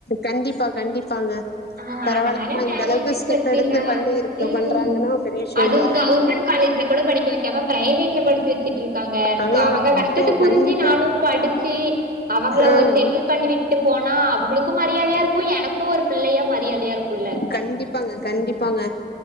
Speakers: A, on the left; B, on the right.
A: கண்டிப்பா கண்டிப்பாங்க
B: ஆ
A: பரவால்ல
B: அதனால
A: அம்மா இந்த
B: மேரேஜ்
A: அளவுக்கு ஸ்டெப்
B: பத்திலா
A: எடுத்து பண்ணி இருக்கு
B: உம்
A: பண்றாங்கன்னா பெரிய விஷயந்தா
B: அதுவு கவர்மெண்ட் கால் லேஜ்ல கூட படிக்க வைக்காம பிரவேட்ல படிச்சு வச்சுட்டு இருக்காங்க
A: ஆ
B: சோ அவங்க கஷ்டத்த
A: அப்போ
B: புரிஞ்சி
A: கண்டிப்பா
B: நானு படிச்சு அவங்கள
A: ஆ
B: ஒரு செட்டில் பண்ணி விட்டு போனா அவுங்களுக்கு மரியாதயா இருக்கு எனக்கு ஒரு பிள்ளையா மரியாதையா இருக்கும்ல்ல
A: கண்டிப்பாங்க கண்டிப்பாங்க